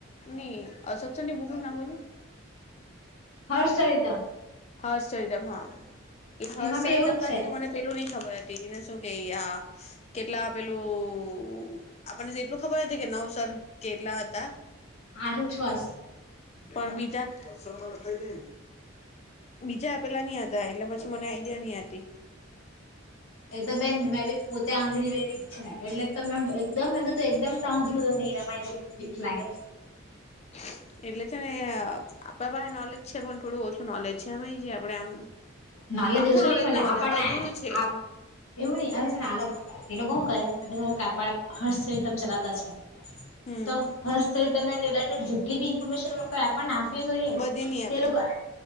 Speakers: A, on the left (about 30°); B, on the left (about 80°).
A: ની અશોકસ ની બોગુ નાખવલી
B: હ હર્ષલતા
A: હર શરીરામ હા એ હર્ચળ
B: એમાં બી એવું
A: તમને
B: જ
A: છે ને મને પેલું નઈ ખબર હતી એને શું કે આ કેટલા પેલું તો આપને એટલું ખબર હતી કે નવસ કેટલા હતા
B: આઠો છસ
A: પણ બીજામાં <unintelligible> બીજા પેલા નહ હતા એટલે પછી મને આઈડિયા નહ હતી.
B: એકદમ બેન મેં બી પોતે આંજળી બેરી જ છે ને એટલે તો મે એકમ મે એકદમ સાંજળું રમાય દ દીખ લાગે.
A: હા. એટલે છે ને આપણા પાસે નોલેજ છે પણ થોડું ઓછું નોલેજ છે એમ એ છે આપડે આમ,
B: નલે
A: આખું
B: દિવસો ન
A: નોલેજ
B: મલા
A: ના મળે
B: આપણ ના.
A: અધૂરું છે
B: એવું નઈિ આવે છે ને આલગ એ લોકો શું કરે કાપડા હર્ષ સહ તમે ચલાવતા છે.
A: હમ
B: તો હર્ષચ તમને રિલેટેડ જેટલી બી ઇન્ફોર્મેશનઈ આપને આપ. ફી જો એ
A: બધી નહી
B: તે
A: આપે
B: લોકોક.